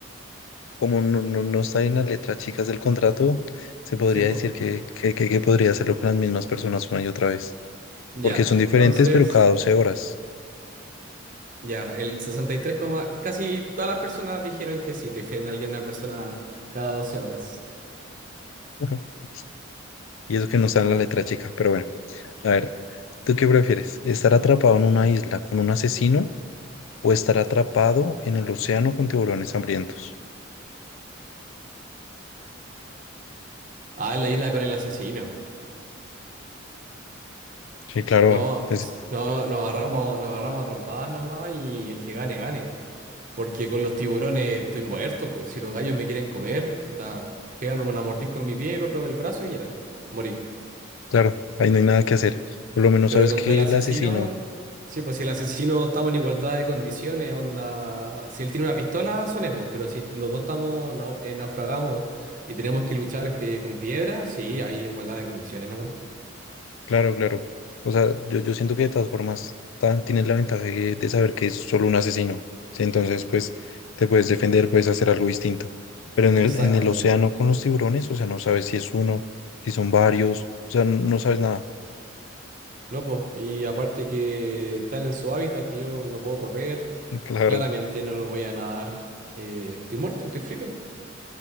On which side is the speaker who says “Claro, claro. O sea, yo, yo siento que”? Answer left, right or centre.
Left